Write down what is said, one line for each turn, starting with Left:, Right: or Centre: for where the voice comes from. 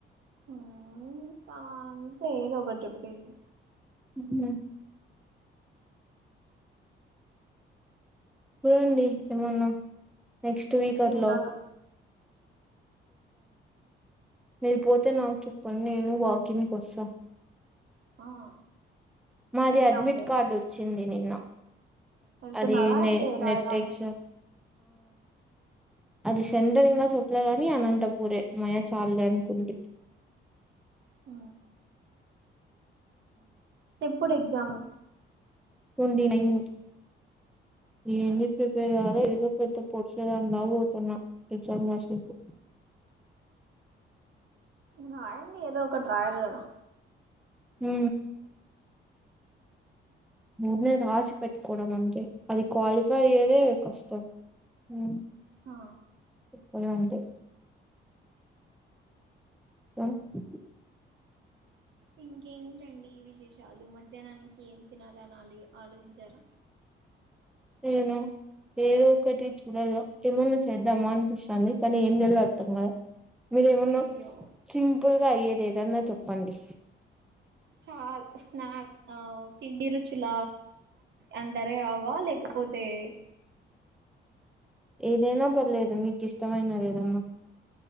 Right: మ్ హ అంతే ఏదో ఒకటి చెప్పేది
Centre: హు హూ అవునండి ఏమన్నా నెక్స్ట్ స్పీకర్
Right: చూడాల
Centre: లో మీరు పోతే నాకు చెప్ప నేను వాకింగ్ కు వస్తా
Right: ఆ
Centre: మాది
Right: వెళ్దాంలే
Centre: అడ్మిట్ కార్డు వచ్చింది నిన్న.
Right: వెళ్తున్నారా
Centre: అది నె
Right: అయితే రాయడానికి
Centre: నెటెక్స్ అది సెంటరింగ్ గా చెప్పలే గాని అనంతపూరే అమ్మ యా చాల్లే అనుకున్నా.
Right: ఆ ఎప్పుడు ఎగ్జామ్?
Centre: ట్వంటీ నైన్ ఏంది ప్రిపేర్ కాలే ఏదో పెద్ద పొడిచేదానిలాగ పోతుంది. తను ఎగ్జామ్ రాసే కి
Right: రాయండి ఏదో ఒకటి రాయలి కదా
Centre: మ్ ఊరుకునే న రాసి పెట్టుకోవడం అంతే అది క్వాలిఫై అయ్యేదే కష్టం. మ్
Right: ఆ
Centre: ఎప్పుడంటే స <unintelligible>
Right: ఇంకేంటండి విశేషాలు మధ్యాహ్నానికి ఏం తినాలి అని ఆ ఆలోచించారా?
Centre: ఏమో ఏదో ఒకటి చూడలో ఏమన్నా చేద్దామా అనిపిస్తుంది కానీ ఏం చేయాలో అర్థం కాలే. మీరేమన్నా
Right: అయ్యో
Centre: సింపుల్గా అయ్యేది ఏదన్నా చెప్పండి
Right: చా స్నాక్ ఆ తిండి రుచుల అంటారే అవా లేకపోతే ఏ
Centre: ఏదైనా పర్లేదు మీకు ఇష్టమైనది ఏదన్నా.